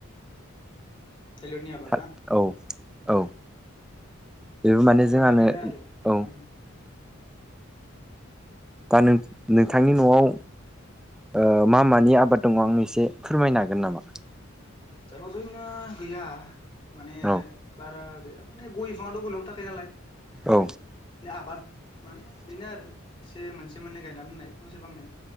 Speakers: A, on the left (about 25°); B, in the centre.
A: थायल'नि आबाद
B: था
A: ना
B: औ औ बेबो
A: थ'
B: माने
A: आबादा
B: जोंहानो
A: बेनो आरो
B: औ
A: उम
B: दा नों नोंथांनि न'आव ओ मा मानि आबाद दङ आंनो एसे फोरमायनो हागोन नामा
A: जोंहानाव जोंना गैया माने
B: औ
A: बारा गैया माने गय <unintelligible> थाखायो नालाय
B: औ
A: आबाद माने बेनो आरो एसे मोनसे मोननै गायनानै होननाय फांसे फांनै